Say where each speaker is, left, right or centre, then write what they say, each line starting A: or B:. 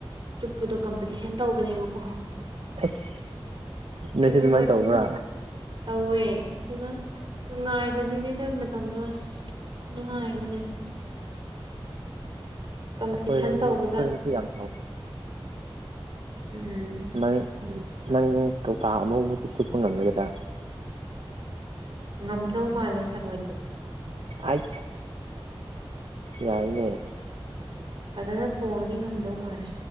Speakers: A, on the right (about 55°); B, on the right (about 80°).
A: ꯆꯨꯞꯄꯗꯣ ꯀꯝꯄꯤꯇꯤꯁꯟ ꯇꯧꯕꯅꯦꯕꯀꯣ
B: ꯑꯁ ꯅꯣꯏꯁꯨ
A: ꯑꯗꯨꯒ
B: ꯑꯗꯨꯃꯥꯏ ꯇꯧꯕ꯭ꯔꯥ
A: ꯇꯧꯋꯦ ꯑꯗꯨꯅ ꯅꯨꯡꯉꯥꯏꯕꯖꯤꯗꯤ ꯑꯗꯨꯏ ꯃꯇꯝꯗꯣ ꯑꯁ ꯅꯨꯉꯥꯏꯕꯅꯦ ꯀꯝꯄꯤꯇꯤꯁꯟ
B: ꯑꯩꯈꯣꯏꯔꯣꯝ
A: ꯇꯧꯕꯗ
B: ꯑꯩꯈꯣꯏꯔꯣꯝꯁꯨ ꯌꯥꯝ ꯇꯧ
A: ꯎꯝ
B: ꯅꯪ ꯅꯪ ꯀꯧꯇꯥ ꯑꯃꯃꯨꯛꯇꯤ ꯆꯨꯞꯄ ꯉꯝꯒꯗ꯭ꯔꯥ
A: ꯉꯝꯗꯧ ꯃꯥꯜꯂꯦ ꯊꯔꯣꯢꯗꯤ
B: ꯑꯥꯢ ꯌꯥꯏꯅꯦ
A: ꯐꯖꯅ ꯊꯣꯡꯉꯗꯤ ꯉꯝꯗꯧ ꯃꯥꯜꯂꯦ